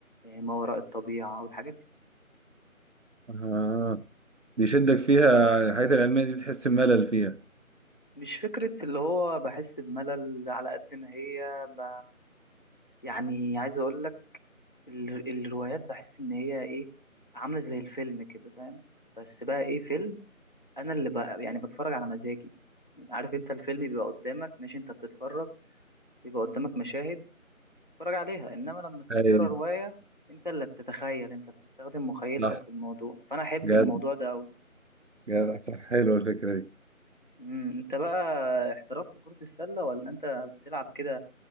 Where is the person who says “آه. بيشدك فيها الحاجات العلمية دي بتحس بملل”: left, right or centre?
Right